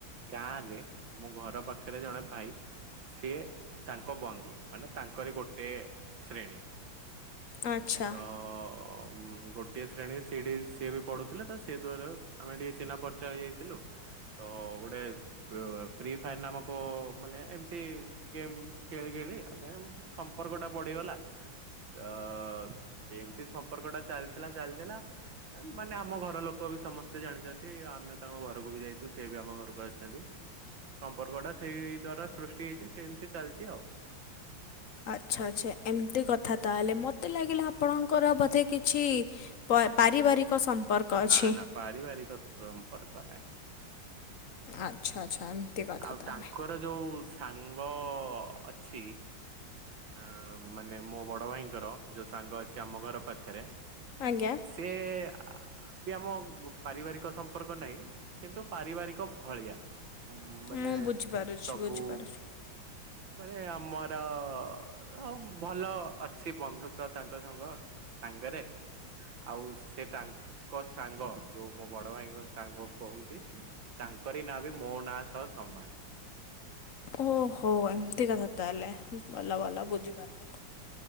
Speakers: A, on the right; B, on the left.
A: ଗାଁ ରେ ମୋ ଘର ପାଖରେ ଜଣେ ଭାଇ ସିଏ ତାଙ୍କ ବନ୍ଧୁ ମାନେ ତାଙ୍କର ଗୋଟେ ଶ୍ରେ
B: ଆଚ୍ଛା।
A: ତ ଅ ମୁଁ ଗୋଟିଏ ଶ୍ରେଣୀ ସେଇଠି ସିଏ ବି ପଢୁଥିଲେ ତ ସେଇ ଦ୍ଵାର ଆମେ ଟିକେ ଚିହ୍ନା ପରିଚୟ ହେଇଯାଇଥିଲୁ। ତ ଗୋଟେ ଫ୍ରିଅ ଫ୍ରି ଫାୟାର ନାମକ ମାନେ ଏମତି ଗେମ ଖେଳି ଖେଳି ଆମେ ସମ୍ପକ ଟା ବଢିଗଲା ଅ ସେମତି ସମ୍ପର୍କ ଟା ଚାଲଥିଲା ଚାଲଥିଲା। ଆ ମାନେ ଆମ ଘର ଲୋକ ବି ସମସ୍ତେ ଜାଣିଚନ୍ତି ଆମେ ତାଙ୍କ ଘରକୁ ବି ଯାଇଚୁ ସେ ବି ଆମ ଘରୁ ବୟସ ବି ସମ୍ପର୍କ ଟା ସେଇ ଦ୍ଵାରା ସୃଷ୍ଟି ହେଇଚି ସେମତି ଚାଲଚି ଆଉ।
B: ଆଛା ଆଛା ଏମତି କଥା ତାହେଲେ ମୋତେ ଲାଗିଲା ଆପଣଙ୍କର ବୋଧେ କିଛି ପର ପାରିବାରିକ ସମ୍ପର୍କ ଅଛି।
A: ନା ନା ପାରିବାରିକ ସମ୍ପର୍କ ନାହିଁ।
B: ଆଚ୍ଛା ଆଚ୍ଛା। କଥା
A: ଆଉ
B: ତାହେଲେ
A: ତାଙ୍କର ଯୋଉ ସାଙ୍ଗ ଅଛି। ଆଁ ମାନେ ମୋ ବଡ ଭାଇଙ୍କର ଯୋଉ ସାଙ୍ଗ ଅଛି ଆମ ଘର ପାଖରେ
B: ଆଜ୍ଞା
A: ସିଏ ଆ ବି ଆମ ପାରିଭାରିକ ସମ୍ପର୍କ ନାଇ କିନ୍ତୁ ପାରିବାରିକ ଭଳି। ମାନେ
B: ମୁଁ ବୁଝିପାରୁଛି
A: ସବୁ
B: ବୁଝିପାରୁଛି।
A: ମାନେ ଆମ ହାତ୍ ତ ହଁ ଭଲ ଅଛି ବନ୍ଧୁତା ତାଙ୍କ ସଙ୍ଗ ସାଙ୍ଗେରେ। ଆଉ ସେ ତାକ୍ ଙ୍କ ସାଙ୍ଗ ଯୋଉ ମୋ ବଡ ଭାଇଙ୍କ ସାଙ୍ଗ କହୁଚି ତାଙ୍କରି ନାଁ ମୁଁ ମୋ ନା ସ ସମାନ।
B: ଓହୋ ଏମିତି କଥା ତାହେଲେ ଭଲ ଭଲ ବୁଝିପାରିବେ।